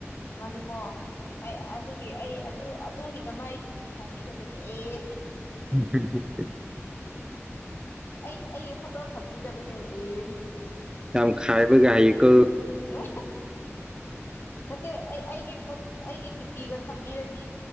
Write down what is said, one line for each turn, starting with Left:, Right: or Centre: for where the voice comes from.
Left: ꯃꯅꯤꯄꯣ ꯑꯩ ꯑꯗꯨꯒꯤ ꯑꯩ ꯑꯗꯨ ꯑꯗꯨꯒꯤꯗ ꯃꯥꯏ ꯗꯤꯇꯤ ꯊꯝꯕꯤꯗꯕꯅꯦ ꯑꯦ
Right: ꯎꯝ
Left: ꯑꯩ ꯑꯩꯒꯤ ꯐꯣꯇꯣ ꯊꯝꯕꯤꯗꯕꯅꯦ ꯑꯦ
Right: ꯌꯥꯝꯝꯈꯥꯏꯕꯨ ꯀ ꯍꯍꯤꯀ
Left: ꯎ ꯅꯠꯇꯦ ꯑꯩ ꯑꯩꯒꯤ ꯄꯣꯠ ꯑꯩꯒꯤ ꯗꯤꯄꯤꯒ ꯊꯝꯕꯤꯔꯗꯤ